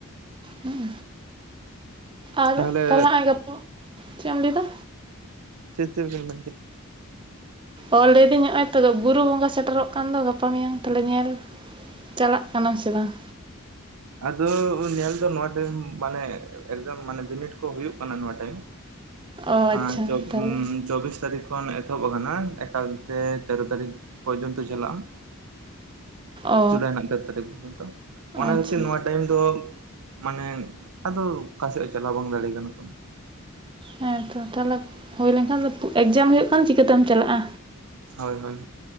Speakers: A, on the right; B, on the right.
A: ᱦᱮᱸ ᱟᱨ
B: ᱛᱟᱦᱚᱞᱮ
A: ᱛᱟᱞᱟ ᱟᱡ ᱜᱟᱯᱚ ᱪᱮᱫ ᱮᱢ ᱞᱟᱹᱭᱟ
B: ᱪᱮᱫ ᱪᱮᱫ ᱢᱮᱱ ᱢᱮ
A: ᱚᱞ ᱞᱤᱫᱤ ᱧᱚᱜᱼ ᱟᱭ ᱛ ᱵᱩᱨᱩ ᱵᱚᱸᱜᱟ ᱥᱮᱴᱮᱨᱚᱜ ᱠᱟᱱ ᱫᱚ ᱜᱟᱯᱟ ᱢᱮᱭᱟᱝ ᱛᱟᱞᱮ ᱧᱮᱞ ᱪᱟᱞᱟᱜ ᱠᱟᱱᱟ ᱥᱮ ᱵᱟᱝ
B: ᱟᱫᱚ ᱧᱮᱞ ᱫᱚ ᱱᱚᱣᱟ ᱴᱟᱭᱤᱢ ᱢᱟᱱᱮ ᱮᱠᱡᱟᱢ ᱢᱟᱱᱮ ᱵᱤᱱᱤᱰ ᱠᱚ ᱦᱩᱭᱩᱜ ᱠᱟᱱᱟ ᱱᱚᱣᱟ ᱴᱟᱭᱤᱢ
A: ᱚ ᱟᱪᱪᱷᱟ
B: ᱟᱨ ᱪᱚᱵ
A: ᱛᱟᱦᱚᱞᱮ
B: ᱪᱚᱵᱽᱵᱤᱥ ᱛᱟᱨᱤᱠᱷ ᱠᱷᱚᱱ ᱮᱛᱚᱦᱚᱵ ᱟᱠᱟᱱᱟ ᱮᱠᱟᱞᱛᱮ ᱛᱮᱨᱚ ᱛᱟᱹᱨᱤᱠᱷ ᱯᱚᱨᱡᱚᱱᱛᱚ ᱪᱟᱞᱟᱜᱼᱟ
A: ᱚ
B: ᱡᱩᱞᱟᱭ ᱨᱮᱱᱟᱜ ᱛᱮᱲ ᱛᱟᱹᱨᱤᱠᱷ ᱫᱚ ᱚᱱᱟ
A: ᱟᱪᱪᱷᱟ
B: ᱠᱷᱟᱹᱛᱤᱨ ᱱᱚᱣᱟ ᱴᱟᱭᱤᱢ ᱫᱚ ᱢᱟᱱᱮ ᱟᱫᱚ ᱚᱠᱟ ᱥᱮᱫ ᱪᱟᱞᱟᱣ ᱵᱟᱝ ᱫᱟᱲᱮ ᱜᱟᱱᱚᱜ ᱠᱟᱱᱟ
A: ᱦᱮᱸᱛᱚ ᱛᱟᱦᱞᱮ ᱦᱩᱭ ᱞᱮᱱᱠᱷᱟᱱ ᱮᱠᱡᱟᱢ ᱦᱩᱭᱩᱜ ᱠᱷᱟᱱ ᱪᱤᱠᱟᱹᱛᱮᱢ ᱪᱟᱞᱟᱜᱼᱟ
B: ᱦᱳᱭ ᱦᱳᱭ